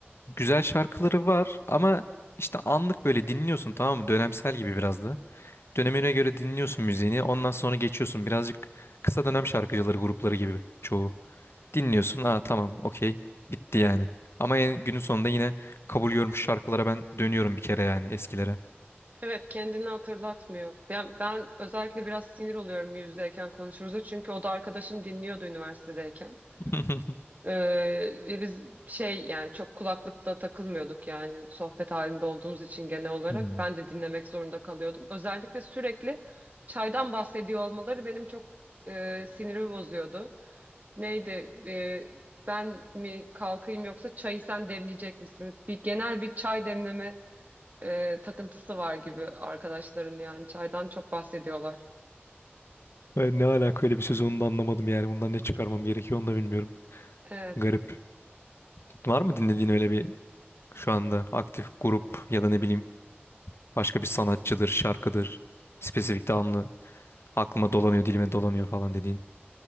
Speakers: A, on the left; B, on the right.
A: güzel şarkıları var ama işte anlık böyle dinliyorsun tamam mı? Dönemsel gibi biraz da. Dönemine göre dinliyorsun müziğini. Ondan sonra geçiyorsun. Birazcık kısa dönem şarkıcıları grupları gibi çoğu. Dinliyorsun. Aa tamam okey. Bitti yani. Ama en, günün sonunda yine kabul görmüş şarkılara ben dönüyorum bir kere yani eskilere.
B: Evet kendini hatırlatmıyor. Ben, ben özellikle biraz sinir oluyorum yüz yüzeyken konuşuruz çünkü o da arkadaşım dinliyordu üniversitedeyken.
A: <laughs>
B: Ee, ve biz şey yani çok kulaklıkla takılmıyorduk yani sohbet halinde olduğumuz için genel olarak
A: Hmm.
B: ben de dinlemek zorunda kalıyordum. Özellikle sürekli çaydan bahsediyor olmaları benim çok e, sinirimi bozuyordu. Neydi e, ben mi kalkayım yoksa çayı sen demleyecek misin? Bir genel bir çay demleme e, takıntısı var gibi arkadaşların yani çaydan çok bahsediyorlar.
A: Ben ne alaka öyle bir söz onu da anlamadım yani. Bundan ne çıkarmam gerekiyor onu da bilmiyorum.
B: Evet.
A: Garip. Var mı dinlediğin öyle bir şu anda aktif grup ya da ne bileyim başka bir sanatçıdır, şarkıdır. Spesifik damlı aklıma dolanıyor, dilime dolanıyor falan dediğin.